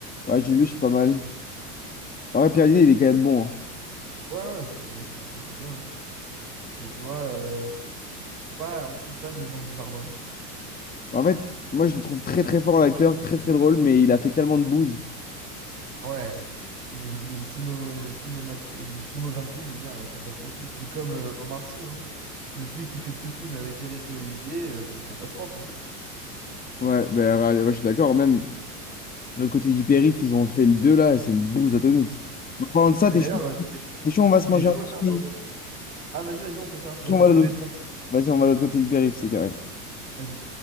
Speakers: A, on the left; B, on the right.
A: Ouais, j'ai lu, je suis pas mal. En vrai, Pierre Niney, il est quand même bon. hein.
B: Ouais, ouais, c'est un bon acteur. Moi, j'aime bien aussi. hein. Mais tu vois, euh, je suis pas archi fan de Jean Dujardin.
A: En fait, moi, je le trouve très très fort en acteur, très très drôle, mais il a fait tellement de bouse.
B: Ouais. Il est, il a une, cinéma, cinémato- une filmographie, je veux dire, euh, catastrophique. Mais comme euh, Omar Sy, hein. Depuis qu'il fait plus de films avec Eric Olivier, euh, c'est une catastrophe. Hein.
A: Ouais, bah, ra- ouais, je suis d'accord, même. L'autre côté du périph', ils ont fait le 2 là, et c'est une bouse atomique. en parlant de ça,
B: Mais
A: t'es
B: d'ailleurs,
A: chaud?
B: euh, c'était
A: T'es chaud, on va se
B: c'était
A: manger
B: chaud
A: un
B: là.
A: petit.
B: euh, Ah, vas-y, vas-y, on fait ça. Bah,
A: t'es chaud,
B: c'est
A: on va
B: ce
A: de
B: que j'allais
A: l'autre-
B: te proposer.
A: Vas-y, on va de l'autre côté du périph', c'est carré.
B: Vas-y.